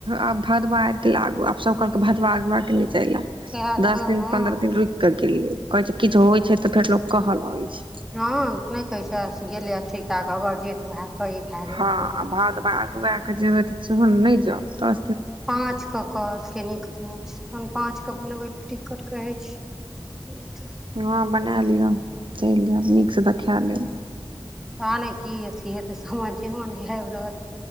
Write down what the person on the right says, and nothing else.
आब भदवा आबि गेल आगू, आब सभ कहलक भदवा अगवाके नय चल आउ।
दस
दिन
पन्द्रह दिन रुकि क गेलियै, कहय छै किछु होइ छै त, फेर लोको कह लगय छै।
हँ
भाद
भाग भए के जिबैत, तऽ सेहोहन नहि जाउ तऽ
हँ बना लियऽ, चलि जायब नीक से तऽ खैलेब लेब।